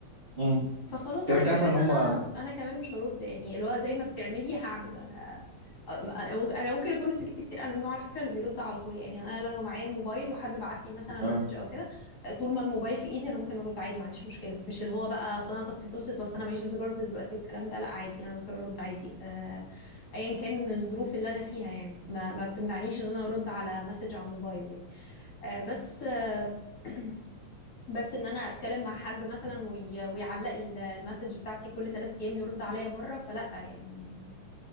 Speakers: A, on the right; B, on the left.
A: امم
B: فخلاص
A: طب
B: انا
A: انت
B: كمان
A: عارفة ان هم
B: انا انا كمان مش هرد يعني اللي هو زي ما بتعملي هعمل انا أم- انا ممكن اكون سكت كتير انا من النوع على فكره اللي بيرد على طول يعني انا لو معايا الموبايل وحد بعت لي مثلا مسج
A: اه
B: او كده طول ما الموبايل في ايدي انا ممكن ارد عادي ما عنديش مشكله مش اللي هو بقى اصل انا طاقتي خلصت واصل انا ماليش مزاج ارد دلوقتي والكلام ده لا عادي انا ممكن ارد عادي آه، ايا كان الظروف اللي انا فيها يعني ما ما بتمنعنيش ان انا ارد على مسج على الموبايل يعني آه، بس آه، <clears throat> بس ان انا اتكلم مع حد مثلا وي... ويعلق ال- المسج بتاعتي كل ثلاث ايام يرد عليا مره فلا يعني